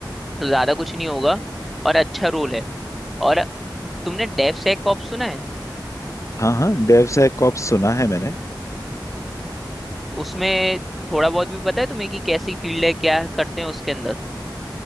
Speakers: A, in the centre; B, on the left.
A: तो ज्यादा कुछ नहीं होगा और अच्छा रोल है और तुमने डेव सेक कॉप्स सुना है
B: हाँ हाँ डेव सैकऑप्स सुना है मैंने
A: उसमें थोड़ा बहुत भी पता है तुम्हें कि कैसी फील्ड है क्या करते हैं उसके अंदर